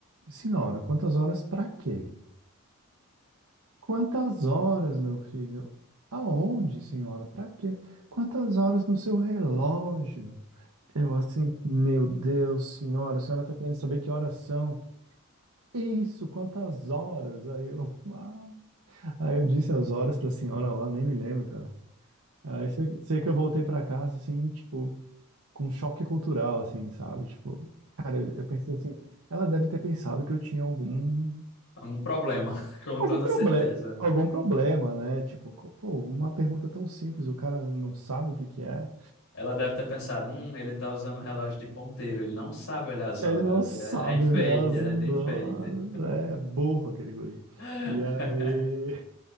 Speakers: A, on the right; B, on the left.
A: Senhora, quantas horas pra quê? Quantas horas, meu filho? Aonde, senhora? Pra quê? Quantas horas no seu relógio? Eu assim, meu Deus, senhora, a senhora tá querendo saber que horas são? Isso, quantas horas? Aí eu, <laughs> Aí eu disse as horas pra senhora lá, nem me lembro, cara. Aí sei, sei que eu voltei pra casa, assim, tipo, com um choque cultural, assim, sabe? Tipo, cara, eu, eu pensei assim, ela deve ter pensado que eu tinha algum,
B: Um problema, <laughs> com
A: algum
B: toda
A: problema,
B: certeza.
A: algum problema, né? Tipo, co- pô, uma pergunta tão simples, o cara não sabe o que que é.
B: Ela deve ter pensado, hum, ele tá usando relógio de ponteiro, ele não sabe olhar as horas.
A: Ele não sabe
B: É, é enfeite,
A: ver as
B: é de enfeite.
A: horas. É burro aquele guri.
B: <laughs>
A: E aí,